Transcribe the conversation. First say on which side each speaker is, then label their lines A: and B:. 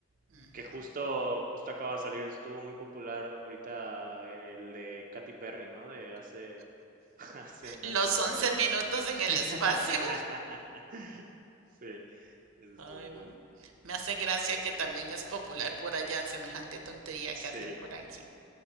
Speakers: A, on the right; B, on the right.
A: Ujú.
B: que justo, justo acaba de salir, estuvo muy popular ahorita el de Katy Perry, ¿no? De hace, <laughs> hace unas
A: Los
B: semanas.
A: once minutos
B: <laughs>
A: en el espacio.
B: sí,
A: <laughs>
B: eso
A: Ay,
B: estuvo bueno.
A: me hace gracia que también es popular por allá, semejante tontería
B: Sí.
A: que hacen por aquí.